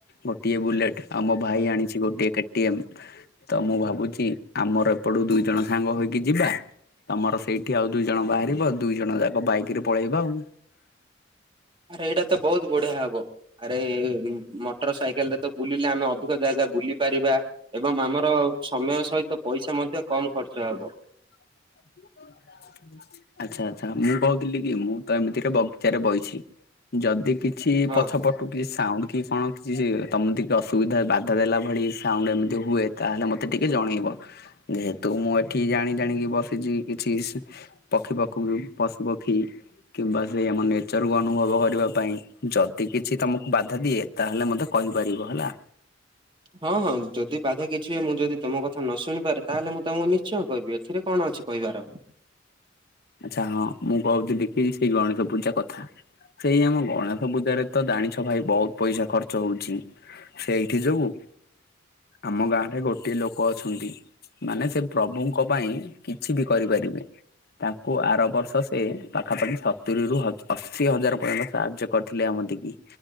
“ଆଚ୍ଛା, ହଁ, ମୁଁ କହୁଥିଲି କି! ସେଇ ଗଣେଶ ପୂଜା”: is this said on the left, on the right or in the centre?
Left